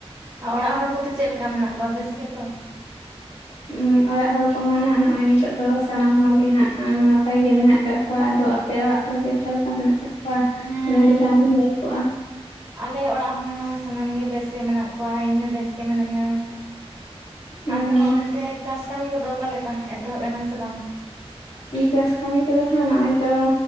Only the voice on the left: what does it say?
<inaudible> ᱩ ᱚᱲᱟᱜ ᱦᱚᱲ ᱠᱚᱦᱚᱸ ᱱᱟᱜᱦ ᱱᱚᱜ-ᱚᱭ ᱱᱤᱛᱚᱜ ᱫᱚ ᱥᱟᱱᱟᱢ ᱦᱚᱲ ᱜᱮ ᱦᱟᱜ ᱱᱟᱯᱟᱭ ᱜᱮ ᱢᱮᱱᱟᱜ ᱠᱟᱜ ᱦᱚᱸ ᱟᱫᱚ ᱟᱯᱮ ᱚᱲᱟᱜ ᱦᱚᱲᱜᱮ ᱚᱠᱟ ᱞᱮᱠᱟ ᱢᱮᱱᱟᱜ ᱠᱟᱫ ᱠᱚᱣᱟ
ᱞᱟᱹᱭ ᱞᱮᱠᱷᱟ ᱱᱮᱢ ᱵᱷᱟᱹᱜᱤ ᱠᱚᱜ-ᱟ
ᱦᱩᱸ
ᱪᱟᱥ ᱠᱟᱹᱢᱤ ᱠᱚᱫᱚ ᱦᱟᱸᱜ ᱱᱚᱜ-ᱚᱭ ᱛᱚ